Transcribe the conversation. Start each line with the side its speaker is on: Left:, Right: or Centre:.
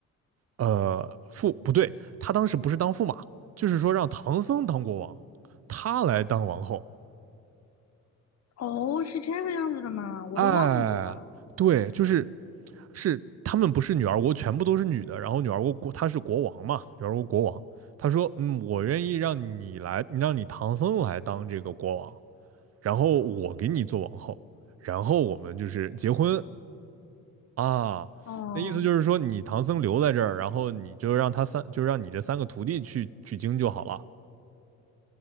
Right: 呃，驸，不对，他当时不是当驸马，就是说让唐僧当国王，他来当王后。
Left: 哦，是这个样子的吗？我都忘记了。
Right: 哎，对，就是是他们不是女儿国全部都是女的，然后女儿国国他是国王嘛，女儿国国王，他说嗯，我愿意让你来，让你唐僧来当这个国王，然后我给你做王后，然后我们就是结婚啊。
Left: 哦，
Right: 那意思就是说，你唐僧留在这儿，然后你就让他三，就让你这三个徒弟去取经就好了。